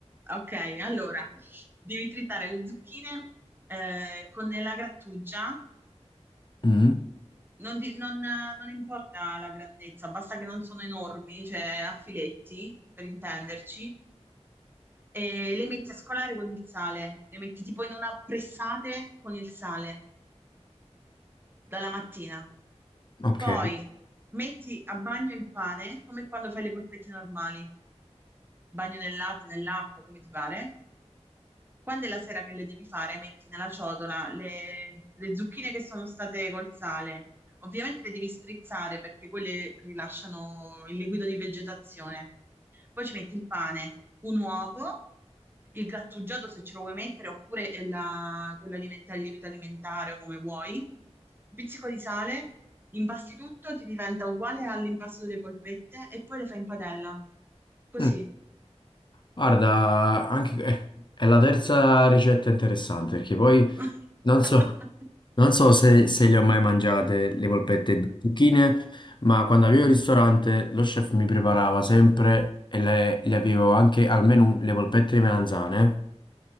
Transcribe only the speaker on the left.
Mm,
Ok.
Mm. Guarda, anche, eh, è la terza ricetta interessante perché poi
non so, non so se, se le ho mai mangiate le polpette di zucchine, ma quando avevo il ristorante lo chef mi preparava sempre e le, le avevo anche al menù le polpette di melanzane.